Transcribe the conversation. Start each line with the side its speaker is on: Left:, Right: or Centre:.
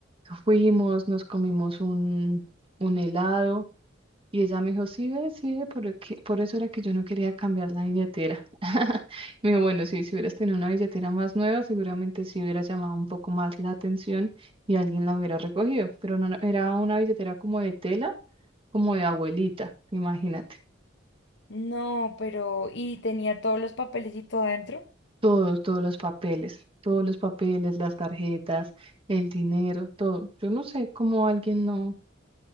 Right: Fuimos, nos comimos un, un helado Y ella me dijo, sí, ve, sí, ve, por, que- por eso era que yo no quería cambiar la billetera. <laughs> Me dijo, bueno, sí, si hubieras tenido una billetera más nueva, seguramente sí hubiera llamado un poco más la atención y alguien la hubiera recogido, pero no, no, era una billetera como de tela, como de abuelita, imagínate.
Left: no, pero, y tenía todos los papelitos adentro.
Right: Todos, todos los papeles, todos los papeles, las tarjetas, el dinero, todo. Yo no sé cómo alguien no,